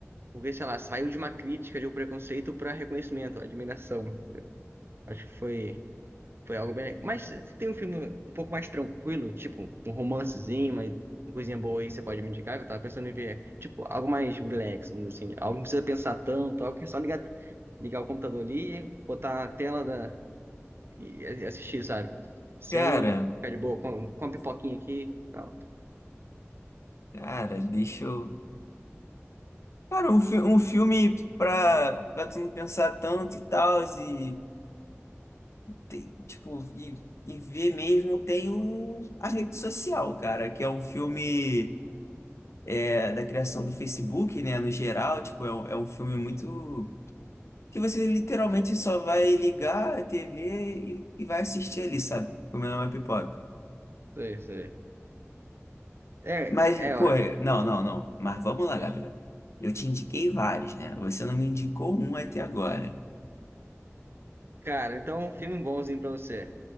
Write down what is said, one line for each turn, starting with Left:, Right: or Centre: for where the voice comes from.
Right: Porque, sei lá, saiu de uma crítica, de um preconceito para reconhecimento, admiração. Acho que foi. Foi algo bem. Mas se tem um filme um pouco mais tranquilo, tipo um romancezinho, mas uma coisinha boa aí que você pode me indicar, que eu tava pensando em ver, tipo, algo mais relax, vamos dizer assim, algo que não precisa pensar tanto, algo que é só ligar, ligar o computador ali, botar a tela da... e assistir, sabe? Sem
Left: Cara,
Right: ficar de boa, com, com uma pipoquinha aqui e tal.
Left: cara, deixa eu. Cara, um, fi- um filme pra, pra tu não pensar tanto e tal, e, te- tipo, e, e ver mesmo tem o, a rede social, cara, que é um filme é, da criação do Facebook, né, no geral, tipo, é, um- é um filme muito... que você literalmente só vai ligar a TV e, e vai assistir ali, sabe? Comendo uma pipoca.
Right: Sei, sei. É,
Left: Mas,
Right: é, ó,
Left: pô, é- não, não, não, mas vamos lá, Gabriel. Eu te indiquei vários, né? Você não me indicou um até agora.
Right: cara, então um filme bonzinho pra você.